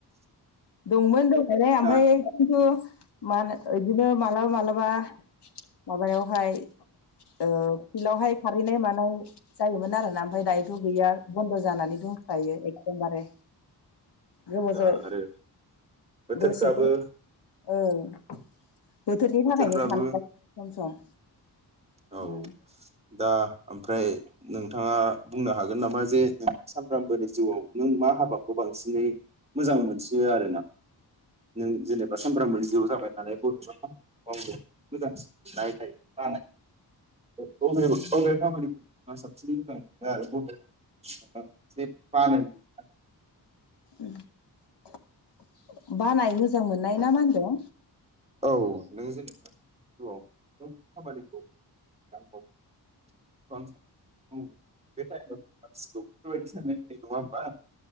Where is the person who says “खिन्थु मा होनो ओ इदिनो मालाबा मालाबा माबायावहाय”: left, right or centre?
Left